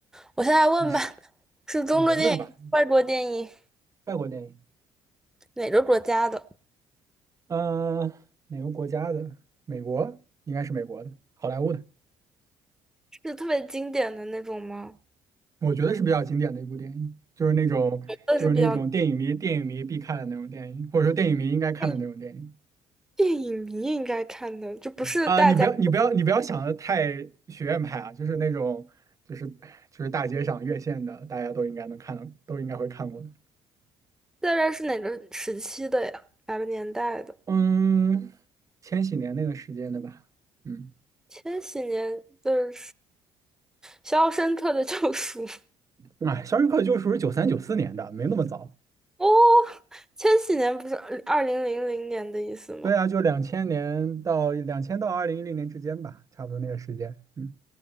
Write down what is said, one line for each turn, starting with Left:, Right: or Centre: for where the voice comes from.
Centre: 我现在问吧，
Right: 你是
Centre: 是中国电影、
Right: 啊，你来问吧，
Centre: 外国电影，
Right: 外国电影。
Centre: 哪个国家的？
Right: 嗯、呃，哪个国家的？美国，应该是美国的，好莱坞的，
Centre: 是特别经典的那种吗？
Right: 我觉得是比较经典的一部电影，就是那种就是那种电影迷电影迷必看的那种电影，
Centre: 那是比较
Right: 或者说电影迷应该看的那种电影
Centre: 电影电影迷应该看的，就不是大家。
Right: 啊、你不要你不要你不要想的太学院派啊，就是那种就是就是大街上院线的，大家都应该能看到，都应该会看过的。
Centre: 大概是哪个时期的呀？哪个年代的？
Right: 嗯，千禧年那个时间的吧，嗯，
Centre: 千禧年的肖申克的救赎 <laughs>》
Right: 哎，《肖申克的救赎》是九三九四年的，没那么早。
Centre: 哦，千禧年不是二零零零年的意思吗？
Right: 对啊，就两千年到两千到二零一零年之间吧，差不多那个时间。嗯，